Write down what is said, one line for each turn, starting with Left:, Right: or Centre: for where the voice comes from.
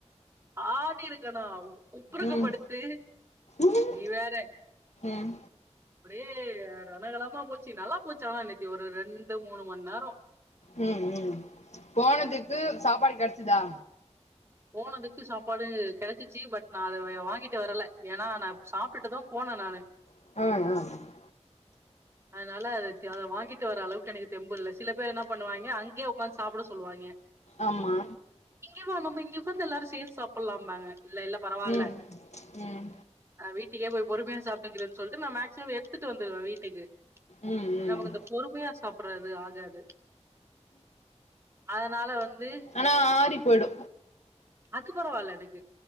Right: ஆடி இருக்கனா உப்புருக்கப்படுத்து
Left: ம் ம்
Right: நீ வேற
Left: ம்
Right: ஒரே ரணகலமா போச்சு நல்லா போச்சு ஆனா நேத்தி ஒரு ரெண்டு மூணு மணா நேரோ
Left: ம் ம் போனத்துக்கு சாப்பாடு கெடச்சுதா
Right: போனதுக்கு சாப்பாடு கெடச்சிச்சி பட் நா அத வாங்கிட்டு வரல ஏன்னா நா சாப்டுட்டுதாப் போன நானு
Left: <unintelligible>
Right: அதனால அத வாங்கிட்டு வர அளவுக்கு எனக்கு தெம்பு இல்ல சில பேர் என்ன பண்ணுவாய்ங்க அங்கியே ஒக்காந்து சாப்புட சொல்லுவாய்ங்க
Left: ஆமா
Right: இங்கம்மா நம்ப இங்க ஒக்காந்து எல்லாரு சேந்து சாப்புட்லாம்பாய்ங்க இல்ல இல்ல பரவால்ல
Left: ம் ம்
Right: நா வீட்டுக்கே போயி பொறுமையா சாப்பிட்டுகேக்குறேன்னு சொல்லிட்டு நா மேக்சிமம் எடுத்துட்டு வந்துடுவே வீட்டுக்கு
Left: ம்
Right: நமக்கு
Left: ம்
Right: இந்த பொறுமையா சாப்புட்றது ஆகாது அதனால வந்து
Left: ஆனா ஆறி போயிடோ
Right: அது பரவால்ல எனக்கு